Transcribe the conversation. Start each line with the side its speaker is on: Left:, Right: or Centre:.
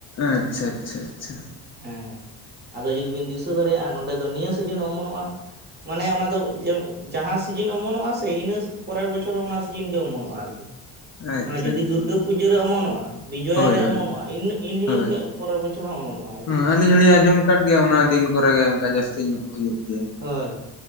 Left: ᱟᱪᱪᱷᱟ ᱟᱪᱷᱟ ᱪᱷᱟ
Right: ᱦᱮᱸ ᱟᱫᱚ ᱡᱩᱫᱤ ᱵᱤᱱ ᱫᱤᱥᱟᱹ ᱫᱟᱲᱮᱭᱟᱜ-ᱟ ᱱᱚᱸᱰᱮ ᱫᱚ ᱱᱤᱭᱟᱹ ᱥᱤᱡᱤᱱ ᱚᱢᱚᱱᱚᱜ-ᱟ᱾ ᱢᱟᱱᱮ ᱚᱱᱟᱫᱚ ᱡᱮ ᱡᱟᱦᱟᱸ ᱥᱤᱡᱤᱱ ᱚᱢᱚᱱᱚᱜ-ᱟ ᱥᱮ ᱤᱱᱟᱹᱥ ᱯᱚᱨᱮᱨ ᱵᱚᱪᱷᱚᱨ ᱦᱚᱸ ᱚᱱᱟ ᱥᱤᱡᱤᱱ ᱜᱮ ᱚᱢᱚᱱᱚᱜ-ᱟ ᱟᱨᱠᱤ
Left: ᱟᱪᱪᱷᱟ
Right: ᱢᱟ ᱡᱩᱫᱤ
Left: ᱟᱪᱪᱷᱟ
Right: ᱫᱩᱨᱜᱟᱹ ᱯᱩᱡᱟᱹ ᱨᱮ ᱚᱢᱚᱱᱚᱜ-ᱟ ᱵᱤᱡᱚᱭᱟ
Left: ᱦᱳᱭ
Right: ᱨᱮ
Left: ᱦᱳᱭ
Right: ᱚᱢᱚᱱᱚᱜ-ᱟ ᱤᱱ ᱤᱱ ᱦᱤᱞᱚᱜ
Left: ᱦᱳᱭ
Right: ᱜᱮ ᱯᱚᱨᱮᱨ ᱵᱚᱪᱷᱚᱨ ᱦᱚᱸ ᱚ ᱮᱢᱚᱱᱚᱜ-ᱟ ᱟᱨᱠᱤ
Left: ᱦᱮᱸ ᱟᱹᱞᱤᱧ ᱦᱚᱸᱞᱤᱧ ᱟᱸᱡᱚᱢ ᱟᱠᱟᱫ ᱜᱮᱭᱟ ᱚᱱᱟ ᱫᱤᱱ ᱠᱚᱨᱮ ᱜᱮ ᱚᱱᱠᱟ ᱡᱟᱹᱥᱛᱤ ᱧᱚᱜ ᱦᱩᱭᱩᱜ ᱜᱮᱭᱟ᱾
Right: ᱦᱚᱭ